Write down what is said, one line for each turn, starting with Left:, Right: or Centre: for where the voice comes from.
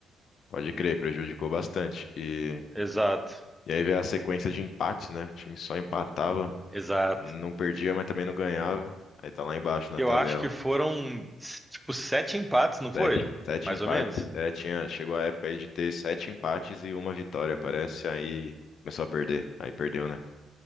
Left: pode crer, prejudicou bastante. E,
Centre: exato.
Left: e aí veio a sequência de empates, né? O time só empatava,
Centre: Exato.
Left: não perdia, mas também não ganhava. Aí tá lá embaixo na
Centre: Eu
Left: tabela.
Centre: acho que foram, tipo, sete empates, não foi?
Left: Sete, sete
Centre: Mais
Left: empates.
Centre: ou menos?
Left: É, tinha, chegou a época aí de ter sete empates e uma vitória, parece. Aí começou a perder. Aí perdeu, né?